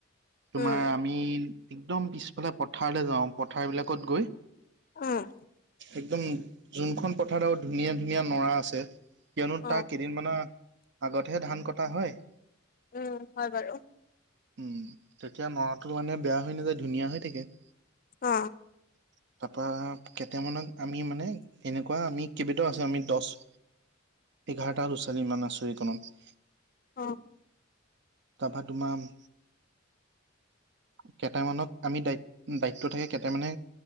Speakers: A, on the right (about 55°); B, on the left (about 40°).
A: তোমাৰ
B: উম
A: আমি একদম পিছফালে পথাৰলৈ যাওঁ পথাৰ বিলাকত গৈ,
B: উম
A: একদম যোনখন পথাৰ আৰু ধুনীয়া ধুনীয়া নৰা আছে, কিয়নো
B: অ
A: তাৰ কেইদিনমানানৰ আগতহে ধান কটা হয়,
B: উম, হয় বাৰু।
A: উম, তেতিয়া নৰাটো মানে বেয়া হৈ নাযায় ধুনীয়া হৈ থাকে।
B: অ,
A: <unintelligible> তাৰাপৰা কেইটামানক আমি মানে এনেকুৱা আমি কেইবটাও আছোঁ আমি দহ এঘাৰটা ল'ৰা ছোৱালী মান আছোঁ এইকনত।
B: অ,
A: তাৰাপা তোমাৰ কেইটামানক আমি দায়িত-দায়িত্ব থাকে কেইটামানে